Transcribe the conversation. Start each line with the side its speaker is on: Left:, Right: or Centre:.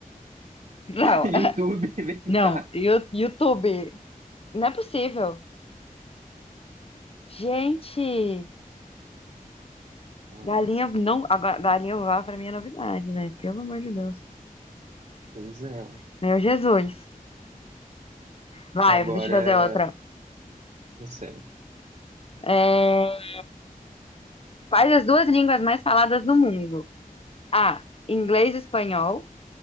Left: Não,
Right: <laughs> YouTube,
Left: <laughs>
Right: vem
Left: não,
Right: cá.
Left: Yu- YouTube. Não é possível. Gente,
Right: É,
Left: galinha não. A ga- galinha voar pra mim é novidade, né? Pelo amor de Deus.
Right: Pois é.
Left: Meu Jesus. Vai,
Right: Agora,
Left: deixa eu fazer outra.
Right: não sei,
Left: É, Quais as duas línguas mais faladas no mundo? A. Inglês e espanhol.